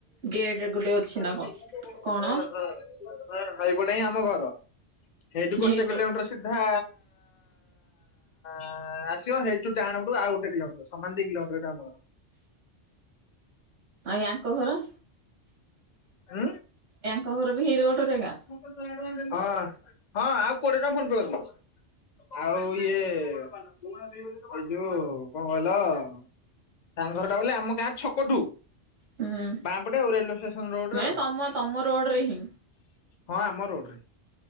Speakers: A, on the right (about 80°); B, on the left (about 40°).
A: ଗେଟରେ ଗୋଟେ ଅଛି ନା
B: ହ
A: କଣ କଣ
B: ହଁ ସାଇପଟେ ହିଁ ଆମ ଘର ସେଇଠୁ ଗୋଟେ
A: ହେଇବ
B: କିଲୋମିଟର। ସୁଧାଁଆଁ ଆଁ ଆସିବ ହେଇଛୁ ଡାହାଣ ପଟୁ ଆଉ ଗୋଟ କୋମିଟର ସମାନ ଦି କିଲୋମିଟର ଆମର।
A: ଆଉ ୟାଙ୍କ ଘର।
B: ଆଁ।
A: ୟାଙ୍କ ଘର ବି ହେଇ ରୋଡର ଜାଗା।
B: ହଁ ହଁ ଆଉ କୋଡିଏ ଟଙ୍କା ଫୋନ ପେ କରି ଦେଇଛି। ଆଉ ଇଏ ଏଇ ଯଉ କଣ କହିଲ। ତାଙ୍କ ଘର ଟା ବୋଲେ ଆମ ଗାଁ ଛକଠୁ
A: ହୁଁ
B: ବାଆଁ ପଟେ ଆଉ ରେଲୱେ ଷ୍ଟେସନ ରୋଡରେ
A: ମାନେ
B: ଆଉ।
A: ତମ ତମ ରୋଡ଼ରେ ହିଁ।
B: ହଁ ଆମ ରୋଡ ରେ।